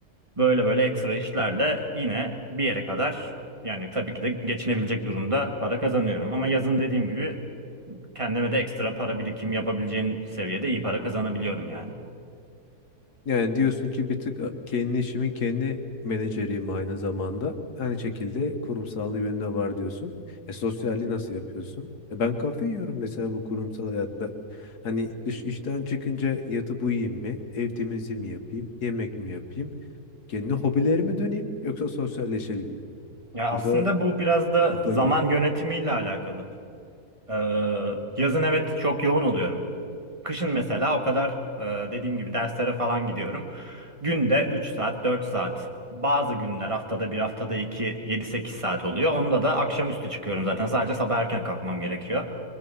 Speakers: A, on the right; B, on the left.
A: Böyle böyle ekstra işlerle yine bir yere kadar yani tabii ki de geçinebilecek durumda para kazanıyorum. Ama yazın dediğim gibi kendime de ekstra para birikim yapabileceğim seviyede iyi para kazanabiliyorum yani.
B: Yani diyorsun ki bir tık kendi işimin kendi menajeriyim aynı zamanda. Aynı şekilde kurumsallığı benim de var diyorsun. E sosyalliği nasıl yapıyorsun? E ben kafe yiyorum mesela bu kurumsal hayatta. Hani dış işten çıkınca yatıp uyuyayım mı? Ev temizliği mi yapayım? Yemek mi yapayım? Kendi hobilerime döneyim yoksa sosyalleşelim mi?
A: Ya aslında
B: Burada
A: bu biraz da
B: kafa
A: zaman
B: yiyorum.
A: yönetimiyle alakalı. Ee, yazın evet çok yoğun oluyorum. Kışın mesela o kadar e, dediğim gibi derslere falan gidiyorum. Günde 3 saat, 4 saat. Bazı günler haftada bir, haftada iki, yedi sekiz saat oluyor. Onda da akşamüstü çıkıyorum zaten. Sadece sabah erken kalkmam gerekiyor.